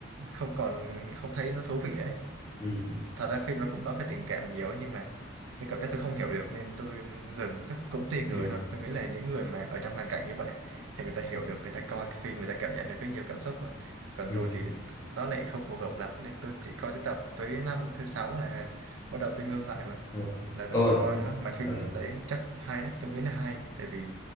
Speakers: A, on the right (about 85°); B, on the left (about 20°).
A: không còn không thấy nó thú vị nữa
B: ừ
A: thật ra phim nó cũng nói về tình cảm nhiều ấy, nhưng mà tôi cảm giác tôi không hiểu được nên tôi dừng chắc cũng tùy người
B: ừ
A: thôi tôi nghĩ là những người mà ở trong hoàn cảnh như vậy thì người ta hiểu được người ta coi cái phim người ta cảm nhận được cái nhiều cảm xúc hơn còn
B: ừ
A: tôi thì nó lại không phù hợp lắm nên tôi chỉ coi tới tập tới năm thứ sáu là bắt đầu tôi ngưng lại rồi
B: ừ.
A: là
B: tôi
A: tôi không coi nữa mà phim
B: ờ,
A: đấy chắc hay đấy tôi nghĩ là hay tại vì